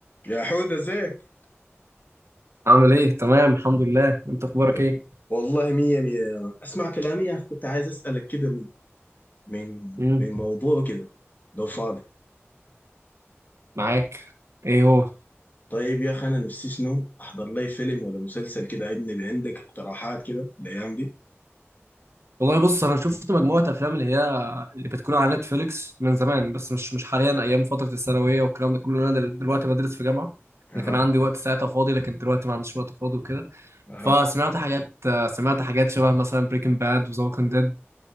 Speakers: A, on the left (about 40°); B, on the right (about 70°).
A: يا حود ازيك
B: عامل ايه تمام الحمد لله انت اخبارك
A: طب،
B: ايه
A: والله مية مية يا مان اسمع كلامي يا اخي كنت عايز اسألك كده من من
B: امم
A: من موضوع كده لو فاضي
B: معاك ايه هو
A: طيب يا اخي انا نفسي شنو احضر لي فيلم ولا مسلسل كده اجنبي عندك اقتراحات كده الايام دي
B: والله بص انا شفت مجموعه افلام اللي هي اللي بتكون على نتفليكس من زمان بس مش مش حاليا ايام فتره الثانويه والكلام ده كله انا دل- دلوقتي بدرس في جامعه
A: اها
B: اللي كان عندي وقت ساعتها فاضي لكن دلوقتي ما عنديش وقت فاضي وكده
A: اها
B: فسمعت حاجات سمعت حاجات شبه مثلا بريكنج باد وذا ووكينج ديد